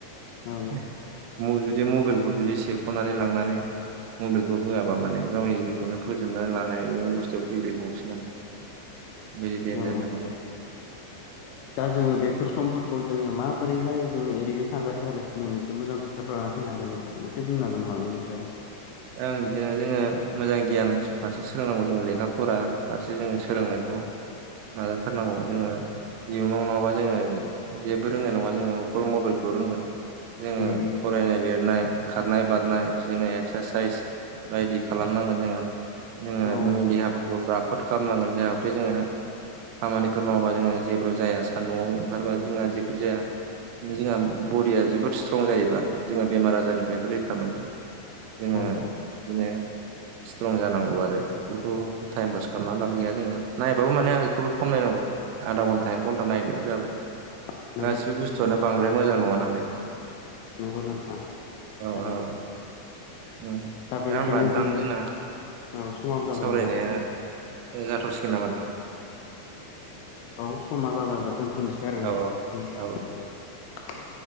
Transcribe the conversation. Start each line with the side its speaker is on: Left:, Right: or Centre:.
Right: <unintelligible>
Left: औ
Right: बि मबाइलखौ बिदि सेख'नानै लांनानै मबाइलखौ होआबा माने गावनि जिउखौनो फोजोबनानै लानाय अबस्थायाव फैयो <unintelligible> बे देनजार
Left: औ
Right: जालांबाय
Left: नोंथां दा जोङो बेफोर समफोरखौ जोङो माबोरैहाय जोङो ओरैनो थांगार होआलासिनो मोनसे मोजां थासारि लानानै फैनो हागोन नोंथां एसे बुंनो हागोन नामा बेनि सायाव?
Right: ओं बिदिनो जोङो मोजां गियान फारसे सोलोंनांगौ जोङो लेखा फरा फारसे जोङो सोलोंनायखौ नाजाथारनांगौ जोङो इयुनाव नङाबा जोङो जेबो रोंनाय नङा जोङो अकल मबाइलखौ रोंगोन जोङो
Left: उम
Right: फरायनाय लिरनाय खारनाय बारनाय बिदिनो एक्सारसाइस बायदि खालामनांगोन जोङो जोङो
Left: औ
Right: नोंनि
Left: नंगौ
Right: देहाफोरखौ रा फोद खालामनांगोन जाहाथे जोङो खामानिफोर मावबा जोङो जेबो जाया सान्दुंआव ओंखारबा जोंहा जेबो जाया। जोंहा बडिया जोबोद स्ट्रं जायोब्ला जोंहा बेमार आजारनिफ्रायबो रैखा मोनो। जोङो
Left: नोंथां
Right: बिदिनो स्ट्रं जानांगौ आरो बेफोरखौ टाइम पास खालामना लाब गैया जोङो नायबाबो माने बेखौबो खमायनांगौ। आधा घन्टा एक घन्टा नायदो जाबाय
Left: <inaudible>
Right: गासिबो बुस्थुआनो बांद्राय मोजां नङा नालाय नोंथां।
Left: नंगौ नोंथां
Right: औ
Left: थारैनो।
Right: औ उम
Left: बेनिखायनो
Right: दा होमबा नोंथां
Left: जोङो
Right: जोंना
Left: औ समाबो जाबाय
Right: सावरायनाया
Left: नामा
Right: जाथ'सि <unintelligible>
Left: औ समा जाबायब्ला दोनथ'नसै आरो नोंथां
Right: औ औ औ
Left: दे औ।